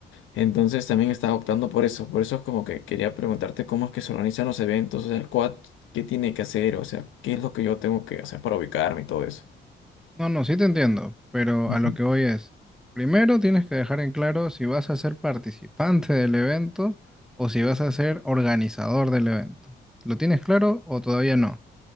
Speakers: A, on the left; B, in the centre.
A: Entonces también estaba optando por eso. Por eso es como que quería preguntarte cómo es que se organizan los eventos, o sea, el quad, qué tiene que hacer, o sea, qué es lo que yo tengo que hacer para ubicarme y todo eso.
B: No, no, sí te entiendo, pero
A: Ujú.
B: a lo que voy es, primero tienes que dejar en claro si vas a ser participante del evento o si vas a ser organizador del evento. ¿Lo tienes claro o todavía no?